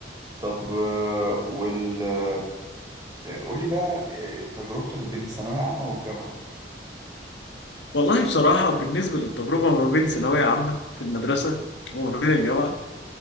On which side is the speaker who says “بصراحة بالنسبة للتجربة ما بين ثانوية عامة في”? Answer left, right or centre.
Left